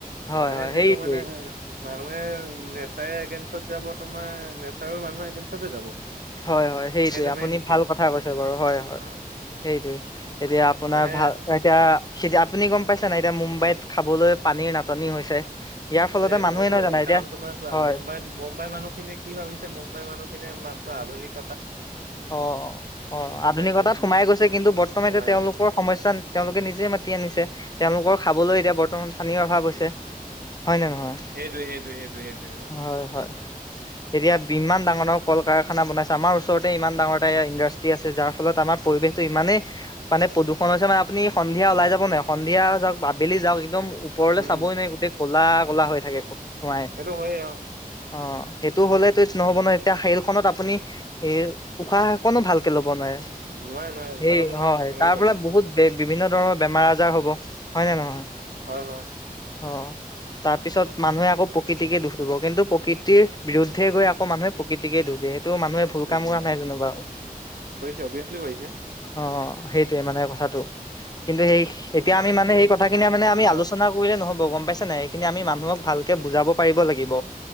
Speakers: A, on the left; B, on the right.
A: হয়
B: মানুহে
A: হয় হয়
B: যিটো
A: সেইটোৱেই
B: মানে মানুহে নেচাৰ এগেনষ্টত যাব, তোমাৰ নেচাৰ মানুহে এগেনষ্টতে যাব।
A: হয় হয় সেইটোয়ে,
B: সেইটো
A: আপুনি
B: মেইন
A: ভাল
B: থিং
A: কথা কৈছে বাৰু হয় হয়
B: অ
A: সেইটোৱে। এতিয়া আপোনাৰ
B: মানে
A: ভাল এতিয়া তেতিয়া আপুনি গম পাইছে নাই, এতিয়া মুম্বাইত খাবলৈ পানীৰ নাটনি হৈছে। ইয়াৰ ফলতে
B: এ সেইটো
A: মানুহে
B: হ'বই।
A: নহয় জানো এতিয়া
B: কাৰণ তোমাৰ চোৱা
A: হয়
B: মুম্বাইত মুম্বাইৰ মানুহখিনি কি ভাবিছে মুম্বাইৰ মানুহখিনিয়ে মাত্ৰ আধুনিক
A: অ অ আধুনিকতাত
B: চাইছে
A: সোমাই গৈছে, কিন্তু বৰ্তমান
B: কমাই
A: এ তেওঁলোকৰ
B: গৈছে।
A: সমস্যা তেওঁলোকে নিজে মা- তি আনিছে। তেওঁলোকৰ খাবলৈ এতিয়া বৰ্তমান পানীৰ অভাৱ হৈছে। হয় ন নহয়?
B: সেইটোৱে সেইটোৱে সেইটোৱে সেইটোৱে অ
A: হয় হয়। এতিয়া ইমান ডাঙৰ ডাঙৰ কল কাৰখানা বনাইছে। আমাৰ ওচৰত ইমান ডাঙৰ এটা ইণ্ডাষ্ট্ৰি আছে যাৰ ফলত আমাৰ পৰিৱেশতটো ইমানেই মানে প্ৰদূষণ হৈছে মানে আপুনি সন্ধিয়া ওলাই যাব নোৱাই, সন্ধিয়া যাওক, আবেলি যাওক একদম ওপৰলৈ
B: উম
A: চাবই নাই গোটেই ক'লা কলা হৈ থাকে ধোৱাই
B: সেইটো হয়ে অ
A: অ। সেইটো হলে ত নহ'ব নহয় এতিয়া শেল খনত আপুনি এ উশাহকনো ভাল ল'ব নোৱাৰে,
B: নোৱাৰে নোৱাৰে উশাহ
A: সেই
B: ল'ব নোৱাৰে
A: হয়
B: কেনেকে
A: তাৰ
B: পাৰিব
A: পৰাে বহুত বে- বিভিন্ন ধৰণৰ বেমাৰ আজাৰ হ'ব। হয় নে নহয়?
B: হয় হয়।
A: অ। তাৰ পিছত মানুহে আকৌ প্ৰকৃতিকে দোষ দিব। কিন্তু প্ৰকৃতিৰ বিৰুদ্ধে গৈ আকৌ মানুহে প্ৰকৃতিকে দোষ যিহেতু মানুহে ভুল
B: ৰোগী
A: কাম কৰা
B: অ
A: নাই যেনেবা
B: কৰিছে অভিয়াচলি কৰিছে
A: অ। সেইটোয়ে মানে কথাটো। কিন্তু সেই
B: সিহঁতৰ
A: এতিয়া আমি মানে
B: কি হৈছে
A: সেই কথা কিনি
B: মানুহৰ
A: মানে আমি আলোচনা কৰিলে নহব পাইছে নাই? এইখিনি আমি মানুহক ভালকে বুজাব পাৰিব লাগিব।